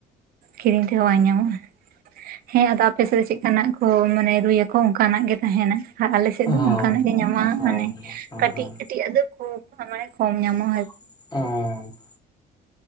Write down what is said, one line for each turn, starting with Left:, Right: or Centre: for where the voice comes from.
Right: ᱠᱤᱨᱤᱧ ᱛᱮᱦᱚᱸ ᱵᱟᱝ ᱧᱟᱢᱚᱜᱼᱟ, ᱦᱮᱸ ᱟᱫᱚ ᱟᱯᱮ ᱥᱮᱫ ᱫᱚ ᱪᱮᱫ ᱠᱟᱱᱟᱜ ᱠᱚ ᱢᱟᱱᱮ ᱨᱩᱭᱟᱠᱚ ᱚᱱᱠᱟᱱᱟᱜ ᱜᱮ ᱛᱟᱦᱮᱱᱟ ᱾ ᱟᱨ ᱟᱞᱮ ᱥᱮᱫ
Left: ᱦᱚᱸ
Right: ᱫᱚ ᱚᱱᱠᱟᱱᱟᱜ ᱜᱮ ᱧᱟᱢᱚᱜᱼᱟ,
Left: ᱦᱚᱸ ᱦᱚᱸ
Right: ᱢᱟᱱᱮ
Left: ᱦᱚᱸ
Right: ᱠᱟᱹᱴᱤᱡ
Left: ᱦᱚᱸ
Right: ᱠᱟᱹᱴᱤᱡ ᱟᱜ ᱫᱚ ᱠᱷᱩᱵ ᱢᱟᱱᱮ ᱠᱚᱢ ᱧᱟᱢᱚᱜ
Left: ᱚᱻ